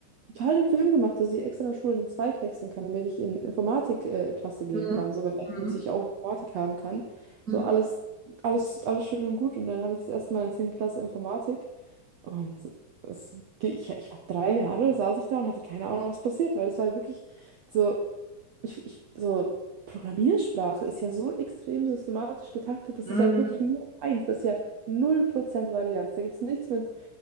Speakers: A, on the right (about 85°); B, on the right (about 30°).
A: total den Film gemacht, dass ich extra in der Schule den Zweig wechseln kann, damit ich in Informatikklasse äh, Klasse gehen
B: Mhm.
A: kann, so damit
B: Mhm.
A: ich auch Informatik haben kann.
B: Mhm.
A: So alles, alles, alles schön und gut. Und dann habe ich das erste Mal in 10. Klasse Informatik. Und es, ge- ich, ich habe drei Jahre, saß ich da und hatte keine Ahnung, was passiert, weil das war wirklich so, ich, ich, so Programmiersprache ist ja so extrem systematisch getaktet, das
B: Mhm.
A: ist ja wirklich nur eins, das ist ja null Prozent Varianz. Da gibt es nichts mit